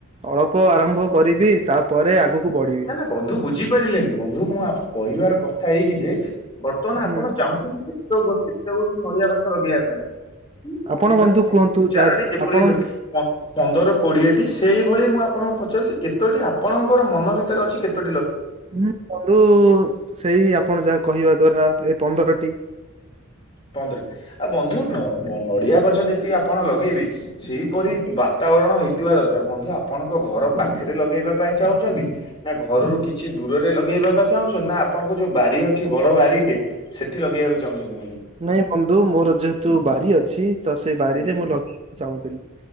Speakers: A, on the right; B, on the left.
A: ଅଳ୍ପ ଆରମ୍ଭ କରିବି। ତାପରେ ଆଗକୁ ବଢିବି
B: ନା ନା ବନ୍ଧୁ ବୁଝିପାରିଲେନି, ବନ୍ଧୁ ମୁଁ କହିବାର କଥା ଏହିକି ଯେ ବର୍ତ୍ତମାନ
A: ହୁଁ
B: ଆପଣ ଚାହୁଁଛନ୍ତି, କେତେ ଗୋ କେତେ ଗୋଟି ନଡିଆ ଗଛ ଲଗେଇବା ପାଇଁ? ଦୁଇ ରୁ
A: ଆପଣ
B: ତିନୋଟି,
A: ବନ୍ଧୁ
B: ତିନୋଟି
A: କୁହନ୍ତୁ
B: ରୁ ଚାରଟି
A: ଯା
B: ଯେପରି
A: ଆପଣ ହୁଁ
B: ଅ ପନ୍ଦର କୋଡିଏଟି ସେଇଭଳି ମୁଁ ଆପଣଙ୍କୁ ପଚାରୁଛି। କେତୋଟି ଆପଣଙ୍କର ମନ ଭିତରେ ଅଛି କେତୋ
A: ହୁଁ ବନ୍ଧୁ ସେଇ ଆପଣ ଯାହା କହିବା ଦ୍ଵାରା ଏଇ ପନ୍ଦରଟି।
B: ପନ୍ଦରଟି, ଆ ବନ୍ଧୁ ନ ନଡିଆ ଗଛ ଯେତିକି ଆପଣ ଲଗେଇବେ ସେଇପରି ବାତା ବାରଣ ହେଇଥିବା ଦରକାର। ବନ୍ଧୁ ଆପଣଙ୍କ ଘର ପାଖରେ ଲଗେଇବା ପାଇଁ ଚାହୁଁଛନ୍ତି, ନା ଘରରୁ କିଛି ଦୁ ଦୂରରେ ଲଗେଇବା ବା ଚାହୁଁଛନ୍ତି। ନା ଆପଣଙ୍କ ଯୋଉ ବାରି ଅଛି, ବଡ ବାରିଟେ ସେଠି ଲଗେଇବାକୁ ଚାହୁଁଛନ୍ତି ବନ୍ଧୁ।
A: ନାଇଁ ବନ୍ଧୁ ମୋର ଯେହେତୁ ବାରି ଅଛି ତ ସେ ବାରିରେ
B: ଆଜ୍ଞା।
A: ମୁଁ ଲଗେଇବାକୁ ଚାହୁଁଥିଲି।